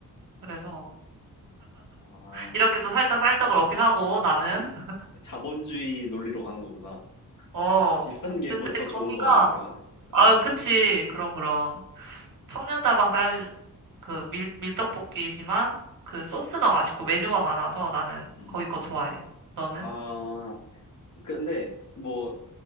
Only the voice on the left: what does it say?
아,
이-
자본주의 논리로 가는 거구나.
비싼 게
곧 더
좋은 건 이렇게 가네.
어.
음.
아, 근데 뭐